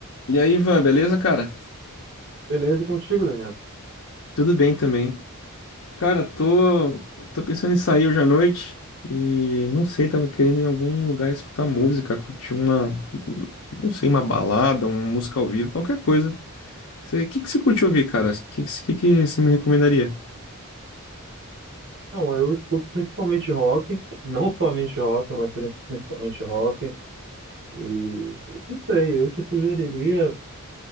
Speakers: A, on the left; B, on the right.
A: E aí, Ivan, beleza, cara?
B: Beleza e contigo, Daniel?
A: Tudo bem também. Cara, tô, tô pensando em sair hoje à noite e não sei, tava querendo em algum lugar escutar música, curtir uma, não sei, uma balada, uma música ao vivo, qualquer coisa. O que que você curte ouvir, cara? O que, que, que você me recomendaria?
B: Não, eu escuto principalmente rock, não somente rock, mas prin- principalmente rock. E não sei, eu te sugeriria.